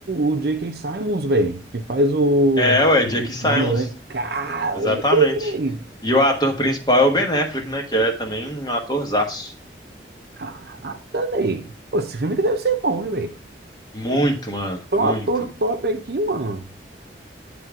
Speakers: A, on the right; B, on the left.
A: o J.K. Simmons, velho, que faz o,
B: É, ué, Jake Simons.
A: o Homem-Aranha. Caramba,
B: Exatamente.
A: velho.
B: E o ator principal é o Ben Affleck, né? Que é também um atorzaço.
A: Caraca, velho. Pô, Esse filme que deve ser bom, hein, velho.
B: Muito, mano,
A: Tem
B: muito.
A: um ator top aqui, mano.